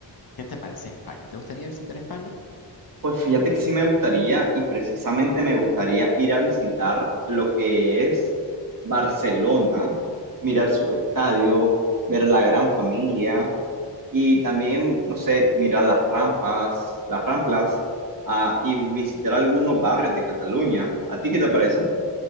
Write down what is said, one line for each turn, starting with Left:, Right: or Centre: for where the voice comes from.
Left: ¿Qué te parece España? ¿Te gustaría visitar España?
Right: Pues fíjate que sí me gustaría y precisamente me gustaría ir a visitar lo que es Barcelona, mirar su estadio, ver la gran familia y también, no sé, mirar las rampas, las ramplas ah, y visitar algunos barrios de Cataluña. ¿A ti qué te parece?